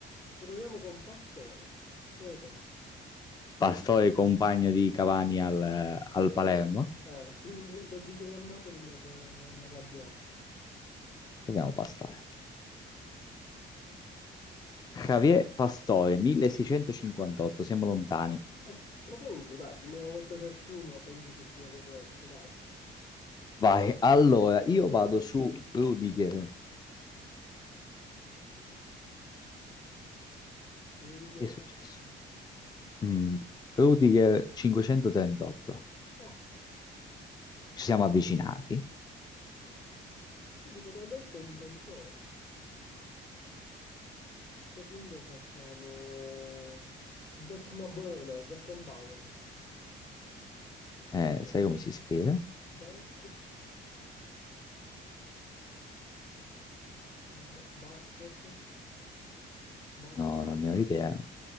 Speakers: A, on the left; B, on the left.
A: Proviamo con Pastore. Che ne pensi?
B: Pastore compagno di Cavani al, al Palermo.
A: Eh, ti- se dicevi a Napoli mi, arra- mi arrabbiavo.
B: Dobbiamo pastare. Javier Pastore, 1658, siamo lontani.
A: Ok, proponi tu, dai, una volta ciascuno penso che sia corretto, dai.
B: Vai, allora,
A: No, parlo solo
B: io
A: io.
B: vado
A: <laughs>
B: su Rudiger.
A: Rudiger.
B: Che è successo? Mm, Rudiger 538.
A: Ok,
B: Ci siamo
A: quindi,
B: avvicinati.
A: non- quindi potrebbe essere un difensore. A questo punto facciamo Becknaburno, Beckenbauer.
B: Eh,
A: Che ne pensi?
B: sai come si scrive?
A: Back, ba- Back forse? Back
B: No,
A: and
B: non
A: Back.
B: ne ho idea.